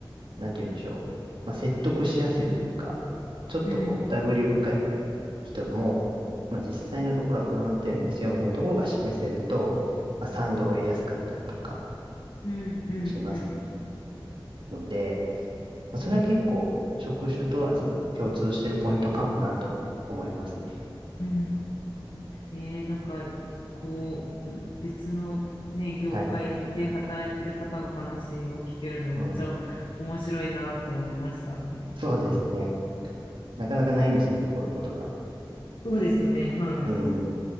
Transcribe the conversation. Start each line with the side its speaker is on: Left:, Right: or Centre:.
Right: なんて言うんでしょう。まあ、説得しやすいというか、ちょっとこう、
Left: うん
Right: 疑り深い人も、まあ、実際のところはこうなってるんですよ、みたいなところが示せると、まあ、賛同を得やすかったりとか
Left: うんうんうんうん
Right: しますので、まあ、それは結構、職種問わず共通してるポイントかもなとも思いますね。
Left: うんうんへえ、なんか、こう、うん別のね、業界で働いてる方の話を聞けるのめっちゃ面白いなって思いました。
Right: はい。うん。そうですね。なかなかないですもんね、こういうことが
Left: そうですね、
Right: ないと。
Left: はい。
Right: うん。